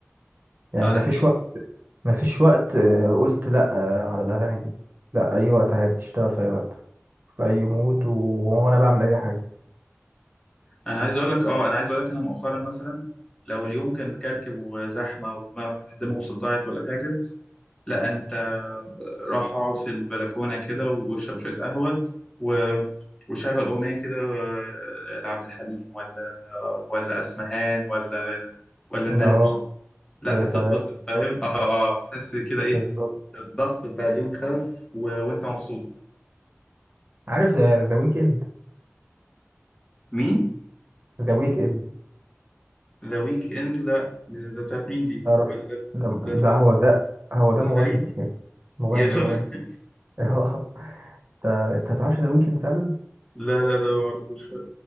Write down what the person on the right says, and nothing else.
يعني
مفيش
وقت مفيش وقت آه، قلت لا آه، على الاغاني دي لا اي وقت عادي تشتغل في اي وقت في اي مود وانا بعمل اي حاجه
اه
يا سلام
بالظبط
بالظبط
عارف ذا ويك اند
ذا ويك اند
تعرفش
ده
ده
هو ده هو ده
مغني
<laughs> مغني
مغني <laughs> اه انت انت تعرفش ذا ويك اند فعلا